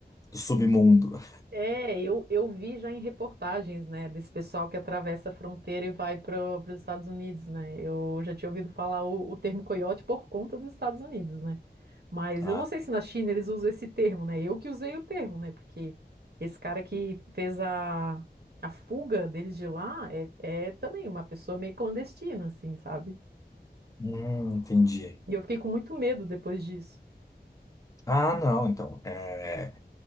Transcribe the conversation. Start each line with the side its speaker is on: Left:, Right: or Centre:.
Left: do submundo.
Right: É, eu, eu vi já em reportagens, né, desse pessoal que atravessa a fronteira e vai para os Estados Unidos, né? Eu já tinha ouvido falar o, o termo coiote por conta dos Estados Unidos, né? Mas
Left: Tá.
Right: eu não sei se na China eles usam esse termo, né? Eu que usei o termo, né? Porque esse cara que fez a, a fuga deles de lá é, é também uma pessoa meio clandestina, assim, sabe?
Left: Hum, entendi.
Right: E eu fiquei com muito medo depois disso.
Left: Ah, não, então. é,